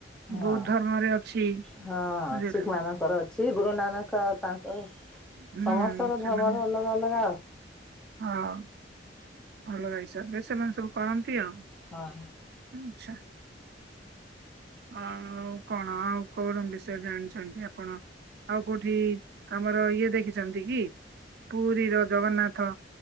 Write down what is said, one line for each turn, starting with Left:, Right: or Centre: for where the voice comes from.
Centre: ହଁ
Right: ବୌଦ୍ଧ ଧର୍ମରେ ଅଛି।
Centre: ହଁ
Right: ବୁଝିଲେ
Centre: ଶିଖମାନଙ୍କର ଅଛି ଗୁରୁ ନାନକ ଆଉ ତାଙ୍କର
Right: ହୁଁ
Centre: ସମସ୍ତଙ୍କର
Right: ସେମାନେ
Centre: ଧର୍ମରେ ଅଲଗା ଅଲଗା ଆଉ।
Right: ହଁ। ଅଲଗା ହିସାବରେ ସେମାନେ ସବୁ କରନ୍ତି ଆଉ।
Centre: ହଁ।
Right: ଆଚ୍ଛା। ଆଉ କଣ ଆଉ କଣ ବିଷୟ ଜାଣିଛନ୍ତି ଆପଣ? ଆଉ କୋଉଠି ଆମର ଇଏ ଦେଖିଛନ୍ତି କି ପୁରୀର ଜଗନ୍ନାଥ।